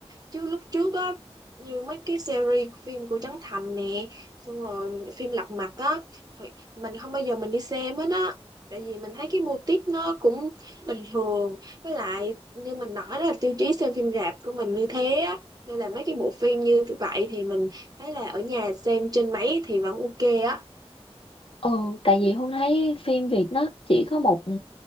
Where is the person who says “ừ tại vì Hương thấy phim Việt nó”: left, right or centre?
Left